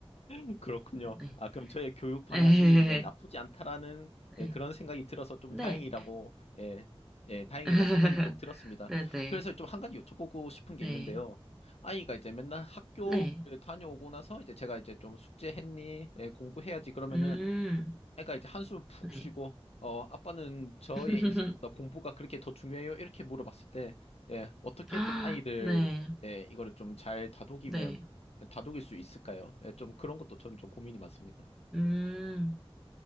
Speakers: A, on the left (about 85°); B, in the centre.
A: <laughs> 그렇군요.
B: 네.
A: 아, 그럼 저의 교육 방향이
B: 네.
A: 네, 나쁘지 않다라는 예,
B: 네.
A: 그런 생각이 들어서 좀
B: 네.
A: 다행이라고 예, 예, 다행이라는
B: <laughs>
A: 생각이 좀 들었습니다.
B: 네네.
A: 그래서 좀 한 가지 여쭤보고 싶은 게
B: 네.
A: 있는데요. 아이가 이제 맨날 학교를
B: 네.
A: 다녀오고 나서 이제 제가 이제 좀 숙제했니? 예, 공부해야지. 그러면은
B: 음.
A: 애가 이제 한숨 푹
B: 네.
A: 쉬고 어 아빠는 저의
B: <laughs>
A: 인생보다 공부가 그렇게 더 중요해요? 이렇게 물어봤을 때 예, 어떻게
B: 아,
A: 좀 아이들
B: 네.
A: 예, 이거를 좀 잘 다독이면
B: 네.
A: 다독일 수 있을까요? 예, 좀 그런 것도 저는 좀 고민이 많습니다.
B: 음.